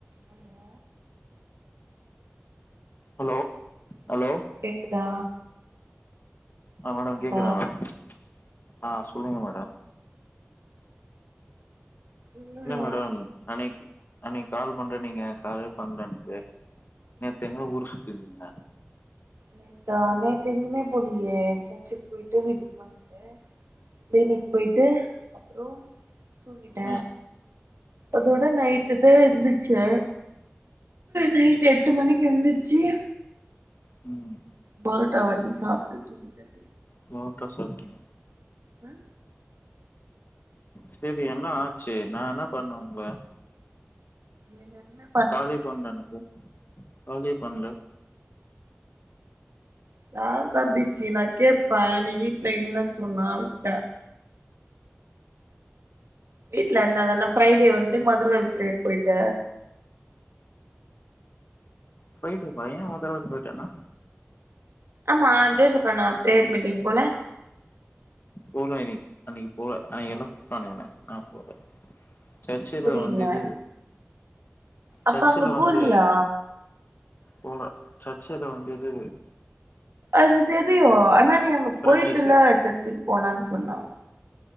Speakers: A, on the right (about 70°); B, on the left (about 50°).
A: hello
B: hello
A: ம்
B: hello
A: கேக்குதா
B: ஆ
A: கேக்குதாடி
B: மேடம் கேக்குதா மேடம் ஆ சொல்லுங்க
A: ம்
B: மேடம்
A: இல்லடா
B: என்ன மேடம் அன்னைக்கு அன்னைக்கு கால் பண்றேன் நீங்க காலே பண்ணல எனக்கு நேத்து எங்க ஊர் சுத்தி இருந்தேன்
A: நேத்தா நேத்து எங்குமே போலியே சர்ச்சுக்கு போயிட்டு வீட்டுக்கு வந்துட்டேன் கிளினிக்கு போயிட்டு அப்றோ தூங்கிட்டேன்
B: ம்
A: அதோட நைட்டு தான் எந்திரிச்சே நைட்டு் எட்டு மணிக்கு எந்திச்சு
B: ம்
A: பொரோட வாங்கி சாப்டு தூங்கிடேன்
B: பொரோடா சாப்டிங்க
A: ஆ
B: செரி என்ன ஆச்சு நான் என்ன பண்ண உங்கள
A: என்னென்னா
B: காலே பண்ணலே எனக்கும் காலே பண்ணலே
A: சார் தா பிஸி நான் கேட்பேன் நீ வீட்ல இல்லன்னு சொன்னா விட்ட வீட்ல இருந்தாதானா ஃப்ரைடே வந்து மதுர்வாயல் போயிட்ட
B: ஃப்ரைடே வா ஏன் மதுரவாயல் போயிட்டோனா
A: ஆமா ஜோச அண்ணா ப்ரேயர் மீட்டிங் போல
B: போல இன்னைக்கு அன்னைக்கு போல அன்னைக்கு எல்ல குப்டனாங்க என்ன நான் போல சர்ச்சல
A: புரியல
B: வந்து இது
A: அப்ப
B: சர்ச்சல
A: அங்க போலியா
B: வந்து போல சர்ச்சயில வந்து இது
A: அது தெரியும் ஆனா நீ அங்க
B: பிராக்டிஸு
A: போயிட்டுள்ளே சர்ச்சக்கு போனான்னு சொன்னான்